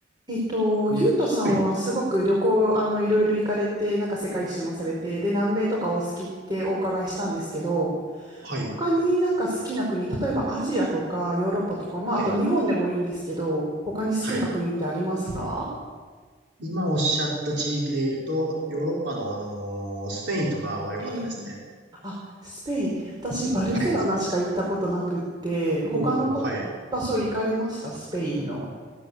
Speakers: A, on the right; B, on the right.
A: えっと、
B: うんはい、
A: ゆうとさんはすごく旅行、あの、いろいろ行かれて、なんか世界一周もされて、で、南米とかお好きってお伺いしたんですけど、
B: はい、
A: 他になんか好きな国、例えばアジアとかヨーロッパとか、まあ、
B: はい。
A: あと日本でもいいんですけど、他に好きな国ってありますか
B: はい。今おっしゃった地域で言うと、ヨーロッパのあのースペインとかは良かったですね。
A: えあ、スペイン。私、バルセロナしか行ったことなくって、
B: はい。
A: 他のこ、
B: おうほう。はい。
A: 場所行かれましたスペインの。